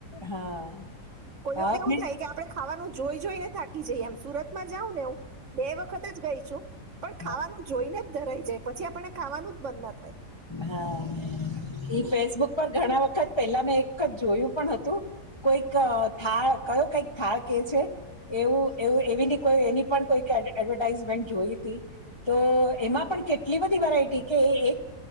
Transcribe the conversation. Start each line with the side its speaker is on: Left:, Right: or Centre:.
Left: હા,
Right: કોઈ
Left: હાને
Right: વાર એવું થાય કે આપણે ખાવાનું જોઈ જોઈ ને થાકી જઈએ એમ સુરતમાં જાઉ ને ઉ બે વખત જ ગઈ છું, પણ
Left: હા
Right: ખાવાનું જોઈને ધરાઈ જાય પછી આપણે ખાવાનું જ મન ના થાય.
Left: હા, એ ફેસબુક પર ઘણા વખત પહેલા મેં એકખત જોયું પણ હતું, કોઈક થાળ કયો કઈક થાળ કે છે, એવું એવું એવી કો એની પણ કોઈક એડવર્ટાઈઝમેન્ટ જોઈતી, તો એમાં પણ કેટલી બધી વેરાયટી કે એક